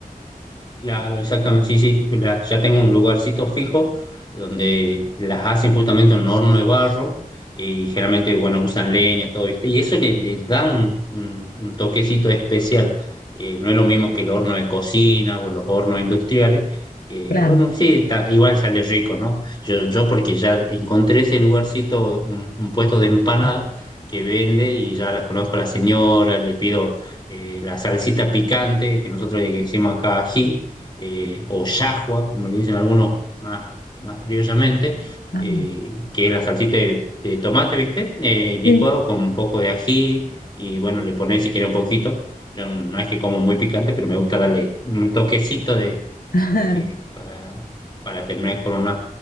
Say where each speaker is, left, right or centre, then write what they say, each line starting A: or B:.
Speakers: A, on the left (about 30°); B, on the left (about 75°).
A: Claro, exactamente, sí, sí, la- ya tengo un lugarcito fijo donde las hacen justamente en un horno de barro y generalmente, bueno, usan leña, todo, ¿viste? Y eso le, le da un, un- un toquecito especial. Eh, no es lo mismo que el horno de cocina o los hornos industriales, que,
B: Claro.
A: bueno, sí, está- igual sale rico, ¿no? Yo, yo porque ya encontré ese lugarcito, un, un puesto de empanada que vende y ya la conozco a la señora, le pido eh, la salsita picante que nosotros le decimos acá ají eh, o yahua, como le dicen algunos más, más criollamente,
B: Ah,
A: eh, que es la salsita de, de tomate, ¿viste? Eh, licuado
B: sí,
A: con un poco de ají y bueno, le pones si quieres un poquito. Yo no es que como muy picante, pero me gusta darle un toquecito de,
B: <laughs>
A: para que, para, para terminar con una.